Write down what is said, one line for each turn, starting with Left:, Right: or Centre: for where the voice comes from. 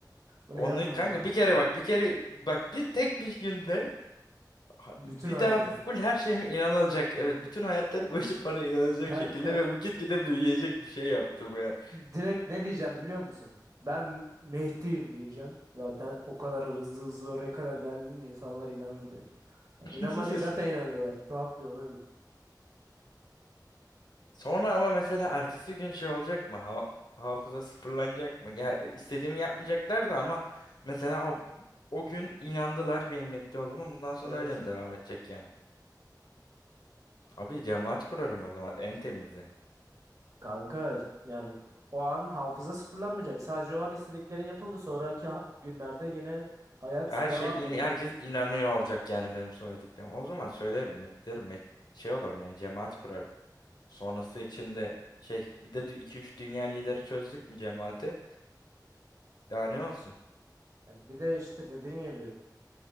Right: Bunu
Left: Onu
Right: yapmayız.
Left: kanka bir kere bak bir kere bak bir tek bir günde ha-
Right: Bütün
Left: bir
Right: hayatı.
Left: daha full her şeyime inanılacak. Evet bütün hayatları boyunca <laughs> bana inanılacak
Right: Kanka
Left: şekilde ve bu gitgide büyüyecek bir şey yaptım ya.
Right: direkt ne diyeceğim biliyor musun? Ben Mehdi'yim diyeceksin. Zaten o kadar hızlı hızlı oraya kadar geldiğinde insanlar inanır direkt. Yani
Left: <laughs>
Right: İnanmadığı zaten inanıyorlar. Tuhaf bir olay oluyor.
Left: Sonra ama mesela ertesi gün şey olacak mı? Ha- hafıza sıfırlanacak mı? Ya e, istediğimi yapmayacaklar da ama mesela o, o gün inandılar benim metti olduğuma. Bundan sonra
Right: Evet.
Left: öyle mi devam edecek yani? Abi cemaat kurarım o zaman en temizi.
Right: Kanka yani o an hafıza sıfırlanmayacak. Sadece o an istediklerin yapıldı. Sonraki ha- günlerde yine hayat
Left: Her
Right: devam
Left: şey in,
Right: ediyor.
Left: herkes inanıyor olacak yani benim söylediklerim. O zaman söylerim, derim, met- şey olurum yani cemaat kurarım. Sonrası için de şey bir de iki üç dünya lideri çözdük mü cemaati? Daha ne olsun?
Right: Ya bir de işte dediğin gibi